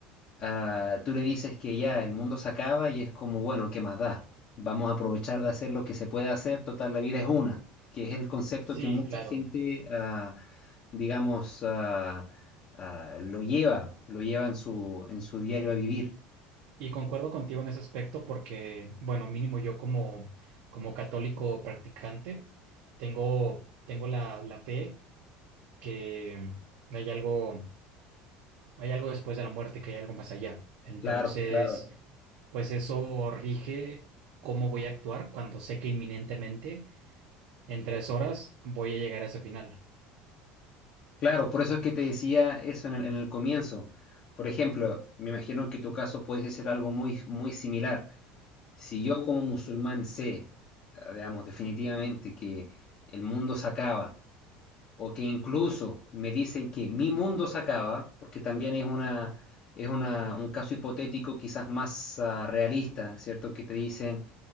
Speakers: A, on the left (about 35°); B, on the right (about 65°).
A: ah, tú le dices que ya el mundo se acaba y es como, bueno, ¿qué más da? Vamos a aprovechar de hacer lo que se puede hacer, total, la vida es una, que es el concepto
B: sí,
A: que mucha
B: claro.
A: gente, ah, digamos, ah, ah, lo lleva, lo lleva en su, en su diario a vivir.
B: Y concuerdo contigo en ese aspecto porque, bueno, mínimo yo como, como católico practicante, tengo, tengo la, la fe que hay algo, hay algo después de la muerte, que hay algo más allá. Entonces,
A: Claro, claro.
B: pues eso rige cómo voy a actuar cuando sé que inminentemente en tres horas voy a llegar a ese final.
A: Claro, por eso es que te decía eso en el, en el comienzo. Por ejemplo, me imagino que tu caso puede ser algo muy, muy similar. Si yo como musulmán sé, ah, digamos, definitivamente que el mundo se acaba, o que incluso me dicen que mi mundo se acaba, porque también es una, es una, un caso hipotético quizás más ah, realista, ¿cierto? Que te dicen,